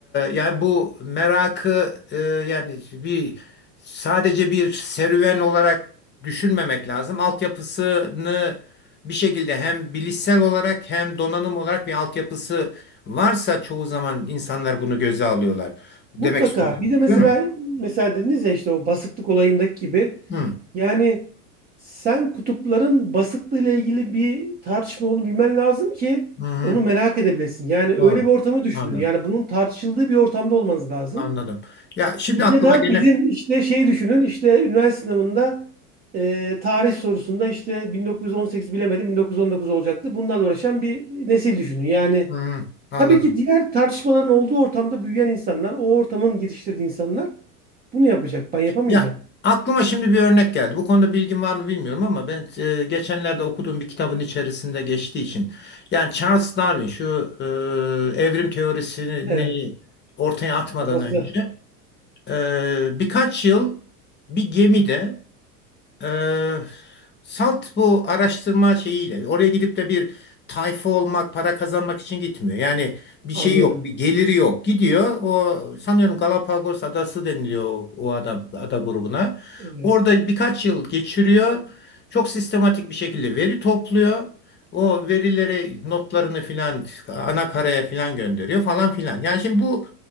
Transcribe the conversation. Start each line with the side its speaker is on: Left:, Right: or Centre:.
Left: yani bu merakı e, yani bir sadece bir serüven olarak düşünmemek lazım. Altyapısını bir şekilde hem bilişsel olarak hem donanım olarak bir altyapısı varsa çoğu zaman insanlar bunu göze alıyorlar. Demek
Right: Mutlaka.
Left: istiyorsun,
Right: Bir de mesela
Left: değil mi?
Right: mesela dediniz ya işte o basıklık olayındaki gibi
Left: Hı,
Right: yani sen kutupların basıklığıyla ilgili bir tartışma olduğunu bilmen lazım ki
Left: hı, hı.
Right: onu merak edebilesin. Yani öyle
Left: Doğru.
Right: bir ortamı düşünün.
Left: Anladım.
Right: Yani bunun tartışıldığı bir ortamda olmanız lazım.
Left: Anladım. Ya şimdi
Right: Ya
Left: aklıma
Right: da
Left: gelen
Right: bizim işte şey düşünün işte üniversite sınavında e, tarih sorusunda işte 1918 bilemedim 1919 olacaktı. Bunlarla uğraşan bir nesil düşünün. Yani
Left: hı, anladım.
Right: Tabii ki diğer tartışmaların olduğu ortamda büyüyen insanlar, o ortamın yetiştirdiği insanlar bunu yapacak. Ben yapamayacağım.
Left: Ya aklıma şimdi bir örnek geldi. Bu konuda bilgin var mı bilmiyorum ama ben e, geçenlerde okuduğum bir kitabın içerisinde geçtiği için yani Charles Darwin şu e, evrim teorisini
Right: Evet.
Left: ortaya atmadan
Right: Babası.
Left: önce e, birkaç yıl bir gemide ee, Salt bu araştırma şeyiyle oraya gidip de bir tayfa olmak, para kazanmak için gitmiyor. Yani bir
Right: Anladım.
Left: şey yok, bir geliri yok. Gidiyor. O sanıyorum Galapagos Adası deniliyor o, o ada, ada grubuna.
Right: Evet.
Left: Orada birkaç yıl geçiriyor. Çok sistematik bir şekilde veri topluyor. O verileri, notlarını filan ana karaya filan gönderiyor falan filan. Yani şimdi bu